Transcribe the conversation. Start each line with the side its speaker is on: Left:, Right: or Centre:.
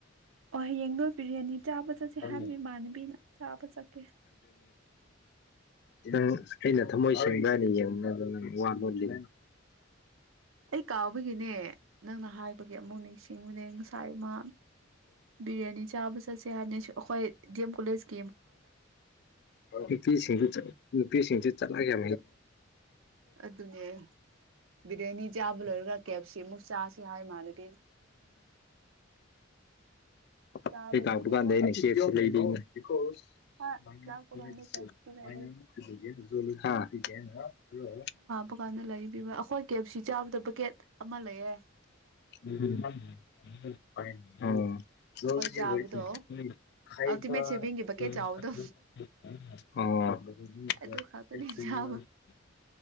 Right: ꯑꯣ ꯍꯌꯦꯡꯗꯣ ꯕꯤꯔꯌꯥꯅꯤ ꯆꯥꯕ ꯆꯠꯁꯦ ꯍꯥꯏꯕ
Left: ꯅꯤ
Right: ꯏꯃꯥꯟꯅꯕꯤꯅ ꯆꯥꯕ ꯆꯠꯀꯦ
Left: ꯅꯪ ꯑꯩꯅ ꯊꯝꯃꯣꯏ ꯁꯦꯡꯕ꯭ꯔꯅ ꯌꯦꯡꯕ ꯑꯗꯨ ꯅꯪ ꯋꯥ ꯂꯣꯜꯂꯤ
Right: ꯑꯩ ꯀꯥꯎꯕꯒꯤꯅꯦ ꯅꯪꯅ ꯍꯥꯏꯕꯒꯤ ꯑꯃꯨꯛ ꯅꯤꯡꯁꯤꯡꯉꯨꯅꯦ ꯉꯁꯥꯏꯃ ꯕꯤꯔꯌꯥꯅꯤ ꯆꯥꯕ ꯆꯠꯁꯦ ꯍꯥꯏꯅꯦ ꯑꯩꯈꯣꯏ ꯗꯤ ꯑꯦꯝ ꯀꯣꯂꯦꯖ
Left: ꯅꯨꯄꯤꯁꯤꯡꯗꯨ ꯅꯨꯄꯤꯁꯤꯡꯁꯤ ꯆꯠꯂꯒꯦ
Right: ꯑꯗꯨꯅꯦ ꯕꯤꯔꯌꯥꯅꯤ ꯆꯥꯕ ꯂꯧꯔꯒ ꯀꯦꯞꯁꯤ ꯃꯨꯛ ꯆꯁꯤ ꯍꯥꯏ ꯃꯥꯂꯒ
Left: ꯍ
Right: ꯆꯥꯕꯒꯤꯗꯤꯀꯣ
Left: ꯀꯥꯄꯀꯥꯟꯗꯅꯤꯦ ꯂꯩ
Right: ꯍꯣꯏ ꯂꯥꯛꯄ
Left: ꯃꯥꯏꯅ
Right: ꯀꯥꯟꯗ ꯀꯦꯛ ꯄꯤꯖꯕꯤꯌꯨ
Left: ꯃꯥꯏꯅ ꯈꯒꯦꯒ
Right: ꯄ ꯀꯥꯟꯗ ꯂꯩꯕꯤꯕ꯭ꯔ ꯑꯩꯈꯣꯏ ꯀꯦ ꯑꯦꯞ ꯁꯤ ꯆꯥꯕꯗ ꯕꯀꯦꯠ ꯑꯃ ꯂꯩꯌꯦꯦ
Left: ꯎ ꯗꯤ
Right: ꯑꯩꯈꯣꯏ ꯆꯥꯕꯗꯣ
Left: ꯈꯥꯏꯕ
Right: ꯑꯜꯇꯤꯃꯦꯠ ꯁꯦꯚꯤꯡꯒꯤ ꯕꯛꯀꯦꯠ ꯆꯥꯎꯕꯗꯣ
Left: ꯑꯣ <unintelligible>
Right: ꯑꯗꯨ ꯈꯛꯇꯅꯤ ꯆꯥꯕ